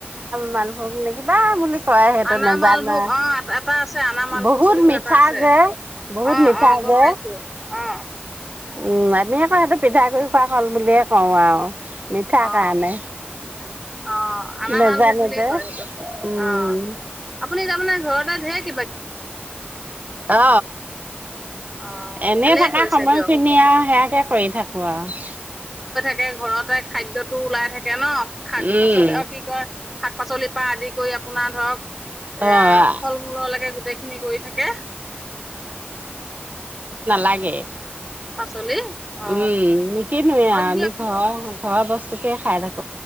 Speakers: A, on the right (about 40°); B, in the centre.
A: মালভোগ নে কিবা বুলি। কয় সেইটো
B: আনা
A: নাজানো
B: মালভোগ অ এটা আছে। আনা মালভোগ
A: বহুত
B: বুলি কয়
A: মিঠা
B: এটা আছে।
A: যে বহুত
B: অ
A: মিঠা
B: অ গম
A: যে
B: পাইছো অ।
A: উম আমিয়ে কওঁ সেইটো পিঠাগুড়ি খোৱা কল বুলিয়ে কওঁ আৰু। মিঠা
B: অ
A: কাৰণে।
B: অ আনামালভোগ
A: নাজানো
B: বুলিয়ে
A: যে
B: কয় সেইটো
A: উম
B: অ আপুনি। ঘৰতে দেৰি।
A: অ
B: অ
A: এনে
B: ভালেই
A: থকা
B: কৰিছে
A: সময়খিনি
B: দিয়ক
A: আৰু সেয়াকে কৰি থাকো আৰু।
B: তাকে ঘৰতে খাদ্যয়তো ওলাই থাকে ন। শাক
A: উম,
B: পাচলি আৰু কি কয় শাক পাচলিৰ পৰা আদি। কৰি আপোনাৰ ধৰক। এয়া
A: অ',
B: ফল মূললৈকে গোটেই। খিনি কৰি থাকে।
A: লাগে।
B: পাচলি অ
A: উম নিকিনুৱে
B: হওক
A: আমি। ঘৰৰ বস্তুকে খাই থাক।